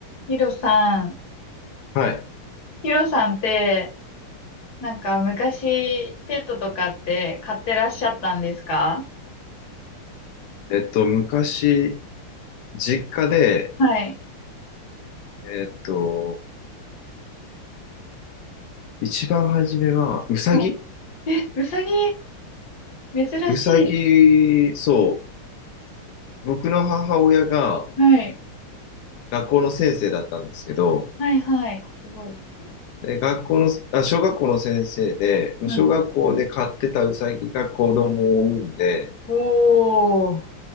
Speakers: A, on the left (about 50°); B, on the left (about 70°).
A: ヒロさん、
B: はい。
A: ヒロさんって、なんか昔ペットとかって飼ってらっしゃったんですか
B: えっと、昔、実家で、
A: はい。
B: えっと、一番初めは、うさぎ
A: はい。え、うさぎ、珍しい。
B: うさぎ、そう、僕の母親が
A: はい。
B: 学校の先生だったんですけど、
A: はいはい。すごい。
B: で、学校の、あ、小学校の先生で、
A: うん。
B: 小学校で飼ってたうさぎが子供を産んで、
A: うんうんおー。